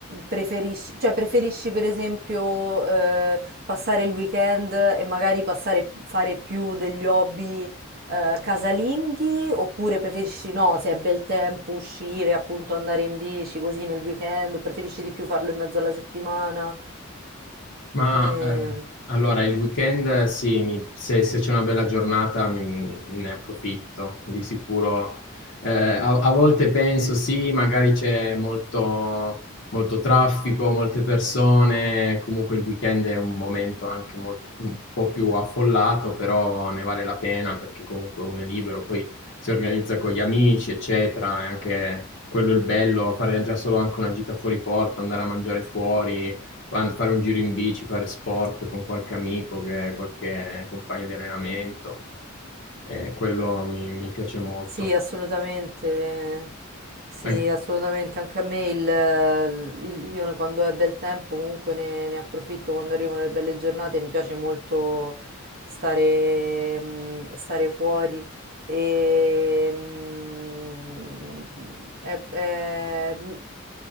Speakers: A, on the right; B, on the left.
A: preferisci, cioè preferisci per esempio eh, passare il weekend e magari passare, fare più degli hobby eh, casalinghi oppure preferisci no, se è bel tempo uscire, appunto andare in bici così nel weekend o preferisci di più farlo in mezzo alla settimana?
B: Ma
A: Come...
B: eh, allora il weekend eh, sì, mi- se, se c'è una bella giornata mi- ne approfitto di sicuro. Eh, a, a volte penso sì, magari c'è molto, molto traffico, molte persone, comunque il weekend è un momento anche mol- un po' più affollato, però ne vale la pena perché comunque uno è libero, poi si organizza con gli amici, eccetera, e anche quello è il bello, fare già solo anche una gita fuori porta, andare a mangiare fuori Fa- Fare un giro in bici, fare sport con qualche amico, che- qualche compagno di allenamento, eh, quello mi, mi piace molto.
A: Sì, assolutamente. Sì,
B: An-
A: assolutamente. Anche a me il, il- io quando è bel tempo comunque ne, ne approfitto quando arrivano le belle giornate. Mi piace molto stare, mm, stare fuori e mm, è- è- mm,